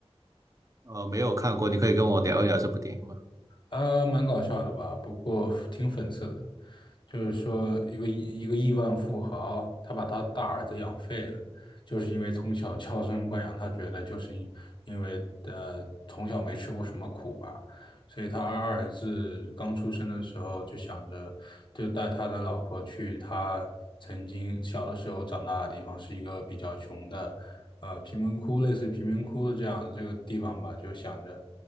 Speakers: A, on the right; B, on the left.
A: 呃，没有看过，你可以跟我聊一聊这部电影吗？
B: 呃，蛮搞笑的吧，不过挺讽刺的。就是说，一个一个亿万富豪，他把他大儿子养废了，就是因为从小娇生惯养，他觉得就是因因为呃从小没吃过什么苦吧，所以他二儿子刚出生的时候就想着，就带他的老婆去他曾经小的时候长大的地方，是一个比较穷的。呃贫民窟，类似于贫民窟的这样的这个地方吧，就想着